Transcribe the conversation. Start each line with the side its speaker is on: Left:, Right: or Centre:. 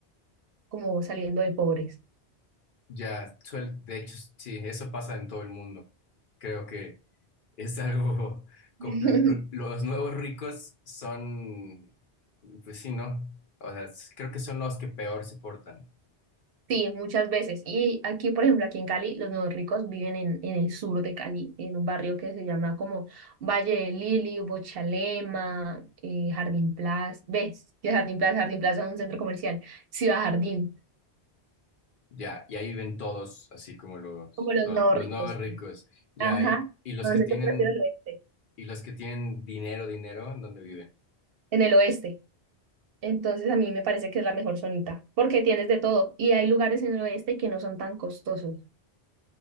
Right: como saliendo de pobres.
Left: Ya, suel- de hecho, sí, eso pasa en todo el mundo. Creo que es <laughs> algo, co-
Right: <laughs>
Left: lo- los nuevos ricos son, pues sí, ¿no? O sea, s- creo que son los que peor se portan.
Right: Sí, muchas veces. Y aquí, por ejemplo, aquí en Cali, los nuevos ricos viven en, en el sur de Cali, en un barrio que se llama como Valle de Lili, Bochalema, eh, Jardín Plaza. ¿Ves? Que Jardín Plaza, Jardín Plaza es un centro comercial. Ciudad Jardín,
Left: Ya, y ahí ven todos, así como los,
Right: como los
Left: lo-
Right: nuevos
Left: los,
Right: ricos.
Left: nuevos ricos. Ya,
Right: Ajá.
Left: y, y los
Right: Entonces
Left: que tienen,
Right: yo prefiero el oeste.
Left: y los que tienen dinero, dinero, ¿en dónde viven?
Right: En el oeste. Entonces a mí me parece que es la mejor zonita, porque tienes de todo. Y hay lugares en el oeste que no son tan costosos.